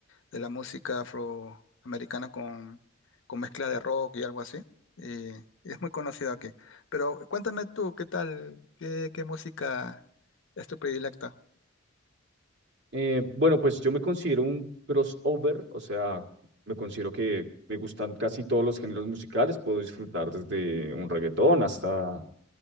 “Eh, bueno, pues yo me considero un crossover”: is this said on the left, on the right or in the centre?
Right